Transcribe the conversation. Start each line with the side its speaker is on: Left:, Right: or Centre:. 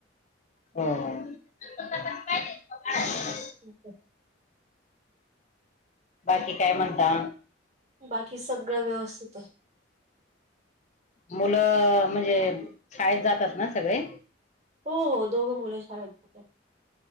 Left: ह
Right: ठीक आहे
Left: बाकी काय म्हणता
Right: बाकी सगळं व्यवस्थित ते
Left: मुलं म्हणजे शाळेत जातात ना सगळे
Right: हो हो दोघं मुलं शाळेत